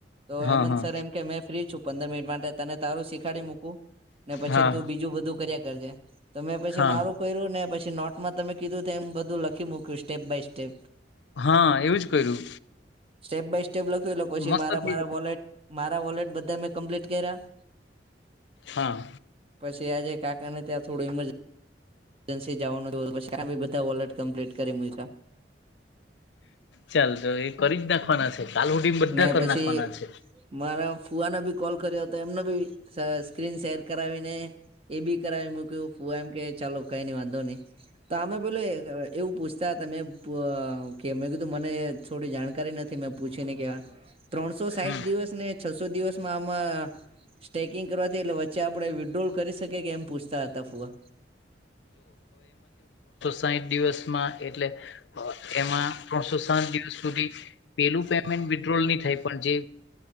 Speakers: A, on the right; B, on the left.
A: તો
B: હા
A: હેમંત
B: હા
A: સર એમ કે મેં ફ્રી છુ પંદર મિનિટ માટે તને તારું શીખાડી મૂકું ને પછી
B: હા
A: તું બીજું બધું કર્યા કરજે તમે છી
B: હા
A: મારું કર્યું ને પછી નોટમાં તમે કીધું તેમ બધું લખી મૂક્યું સ્ટેપ બાય સ્ટેપ
B: હા એવું જ કર્યું
A: સ્ટેપ બાય સ્ટેપ લખ્યું એટલે પછી
B: મસ્ત
A: મારા
B: થઈ
A: મારા
B: જાય
A: વોલેટ મારા વોલેટ બધા મેં કમ્પ્લીટ કર્યા
B: હા
A: પછી આજે કાકાને ત્યાં થોડું એમજ એનસી જાવાનું હતું એટલે પછી તા બી બધાં વોલેટ કમ્પ્લીટ કરી મૂયકા
B: ચાલ તો એ કરી જ નાખવાના છે કાલ હુધીમ બધા
A: નઈ
B: કરી
A: પછી
B: નાખવાના છે
A: મારા ફુવાનો બી કોલ કર્યો તો એમનો બી સ સ્ક્રીન શેર કરાવીને એ બી કરાવી મૂક્યું ફુવા એમ કે ચાલો કાઈ નઈ વાંધોની તો આમે પેલું એવું પૂછતા હતા મેં કે મેં કીધું મને થોડી જાણકારી નથી મેં પૂ છીને કેવા ત્રણસો સાઈઠ
B: હમ
A: દિવસ ને છસો દિવસમાં માં સ્ટેકિંગ કરવાથી એટલે વચ્ચે આપડે વિથડ્રોલ કરી શકીએ કે એમ પૂછતા હતા ફુવા
B: સાઈઠ દિવસમાં એટલે અ એમાં ત્રણસો સાઠ દિવસ સુધી પેલું પેમે વિથડ્રોલ ની થાય પણ જે